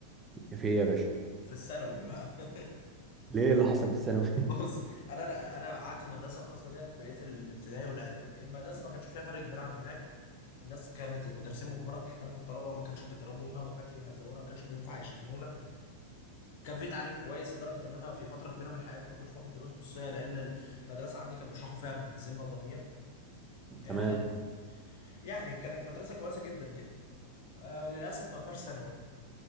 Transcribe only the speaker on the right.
ايه في ايه يا باشا
ليه اللي حصل في الثانوي
<laughs>
تمام